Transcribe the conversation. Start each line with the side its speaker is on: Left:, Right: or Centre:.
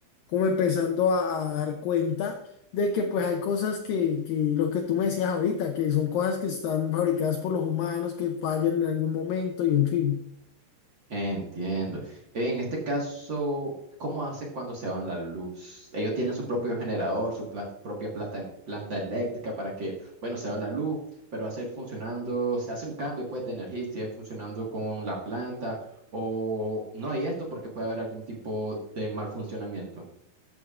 Left: como empezando a, a dar cuenta de que pues hay cosas que, que lo que tú me decías ahorita, que son cosas que están fabricadas por los humanos, que fallan en algún momento y en fin.
Right: Entiendo. En este caso, ¿cómo hacen cuando se van la luz? Ellos tienen su propio generador, su plan- propia plata- planta eléctrica para que, bueno, se va la luz, pero hacer funcionando, se hace un cambio pues de energía, y sigue funcionando con la planta o no hay esto porque puede haber algún tipo de mal funcionamiento.